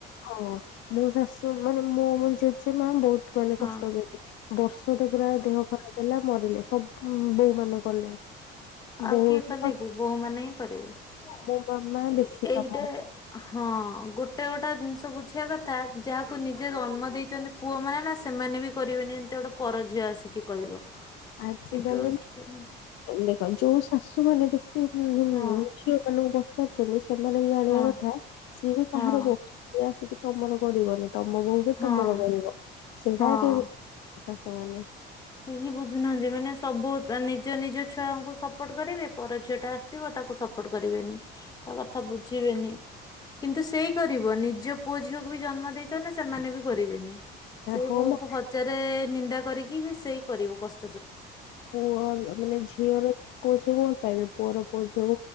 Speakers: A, on the left; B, on the left.
A: ହଁ ମୋ ଶାଶୁ ମାନେ ମୋ ମାନେ ଜେ ସେ ମ୍ୟାମ୍ ବହୁତ୍ ମାନେ
B: ହଁ
A: କଷ୍ଟ ଯେତିକି ବର୍ଷଟା ପୁରା
B: ହଁ
A: ଦେହ ଖରାପ ହେଲା ମରିଲେ ସବୁ ବୋହୁ ମାନେ କଲେ। ବୋଉ
B: ଆଉ କିଏ କଲେ କି ବୋହୂ ମାନେ ହିଁ କରିବେ
A: ମୋ ମାମା ବେଶୀ
B: ଏଇଟା
A: କାମ
B: ହଁ ଗୋଟେ ଗୋଟେ ଜିନିଷ ବୁଝିବା କଥା ଯାହାକୁ ନିଜେ ଜନ୍ମ ଦେଇଛନ୍ତି ପୁଅ ମାନେ ନା ସେମାନେ ବି କରିବେନି ଏମିତି ଗୋଟେ ପର ଝିଅ ଆସିକି କରିବ
A: ଆଜିକାଲି
B: କିନ୍ତୁ ସେ
A: ଦେଖ ଯୋଉ ଶାଶୁ ମାନେ ହୁଁ ହୁଁ
B: ହଁ
A: ହୁଁ ଝିଅମାନଙ୍କ ପା <unintelligible> ସେମାନେ ବି ଜାଣିବା
B: ହଁ
A: କଥା ସିଏ ବି
B: ହଁ
A: କାହାର ବୋହୂ ସେ ଆସିକି ତମର କରିବୁ ଆମେ। ତମ ବୋହୁ ବି
B: ହଁ
A: ତମର କରିବ ସେଇଟା
B: ହଁ।
A: ଆଉ କେହି କ ଶାଶୁମାନେ
B: କେହି ବୁଝୁନାହାନ୍ତି ମାନେ ସବୁ ନିଜ ନିଜ ଛୁଆଙ୍କୁ ସପୋର୍ଟ କରିବେ ପର ଝିଅ ଟା ଆସିଥିବ ତାକୁ ସପୋର୍ଟ କରିବେନି ତା କଥା ବୁଝିବେନି। କିନ୍ତୁ ସେଇ କରିବ ନିଜ ପୁଅ ଝିଅକୁ ବି ଜନ୍ମ ଦେଇଛନ୍ତି ସେମାନେ ବି କରିବେନି। ସେଇ
A: ହଁ
B: ବୋହୁ
A: ମ
B: କୁ ହଜାରେ ନିନ୍ଦା କରିକି ସିବିଶ୍ ସେଇ କରିବ କଷ
A: ପୁଅର ମାନେ ଝିଅର ପୁଅ ଝିଅ କୁ ଭଲ ପାଇବେ। ପୁଅ ର ପୋଜ୍